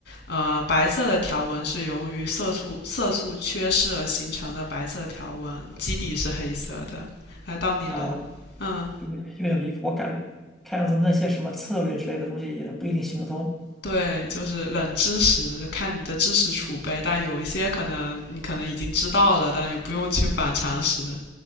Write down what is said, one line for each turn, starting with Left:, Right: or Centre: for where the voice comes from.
Left: 呃，白色的条纹是由于色素色素缺失而形成的白色条纹，基底是黑色的。来到你了，
Centre: 好吧。
Left: 嗯，
Centre: 有点有点离谱。我感看样子那些什么策略之类的东西也不一定行得通。
Left: 对，就是冷知识，看你的知识储备，
Centre: 嗯
Left: 但有一些可能你可能已经知道了，但也不用去反常识。